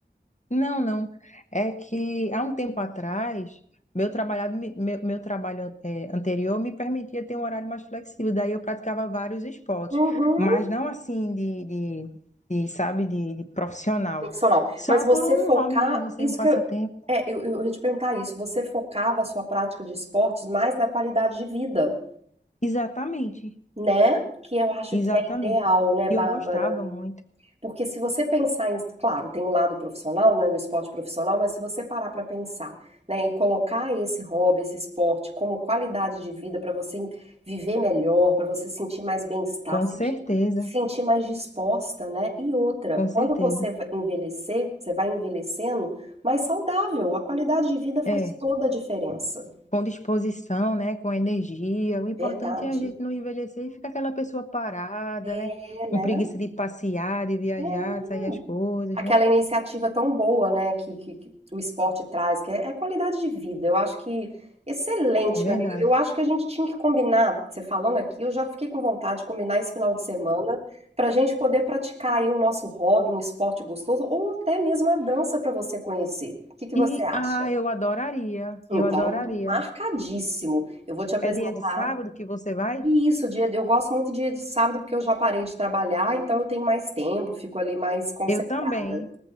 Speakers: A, on the left (about 40°); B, on the right (about 35°).
A: Não, não. É que há um tempo atrás, meu trabalhado, me- meu, meu trabalho eh, anterior me permitia ter um horário mais flexível. Daí eu praticava vários esportes,
B: Uhum.
A: mas não assim de, de, de, sabe, de, de profissional.
B: Profissional.
A: Só
B: Mas você
A: por um
B: focar.
A: hobby mesmo, sem
B: Isso
A: um passatempo.
B: que eu. É, eu, eu ia te perguntar isso. Você focava a sua prática de esportes mais na qualidade de vida,
A: Exatamente,
B: né? Que eu acho
A: exatamente.
B: que é ideal, né, Bárbara?
A: E eu gostava muito,
B: Porque se você pensar em, claro, tem um lado profissional, né, do esporte profissional, mas se você parar para pensar, né, e colocar esse hobby, esse esporte como qualidade de vida para você viver melhor, para você sentir mais bem-estar,
A: com
B: sentir,
A: certeza,
B: sentir mais disposta, né? E outra,
A: com certeza.
B: quando você vai envelhecer, você vai envelhecendo mais saudável. A qualidade de vida faz
A: É.
B: toda a diferença.
A: com disposição, né, com energia. O importante
B: Verdade.
A: é a gente não envelhecer e ficar aquela pessoa parada,
B: É,
A: né,
B: né?
A: com preguiça de passear, de viajar,
B: É.
A: de sair as coisas,
B: aquela
A: né?
B: iniciativa tão boa, né, que, que, que o esporte traz, que é, é qualidade de vida. Eu acho que excelente,
A: É verdade.
B: minha amiga. Eu acho que a gente tinha que combinar, você falando aqui, eu já fiquei com vontade de combinar esse final de semana para a gente poder praticar aí o nosso hobby, um esporte gostoso, ou até mesmo a dança para você conhecer. O que que você
A: E
B: acha?
A: ah, eu adoraria,
B: Então,
A: eu adoraria.
B: marcadíssimo. Eu vou te apresentar.
A: É dia de sábado que você vai?
B: E isso, dia, eu gosto muito dia de sábado porque eu já parei de trabalhar, então eu tenho mais tempo, fico ali mais concentrada,
A: Eu também,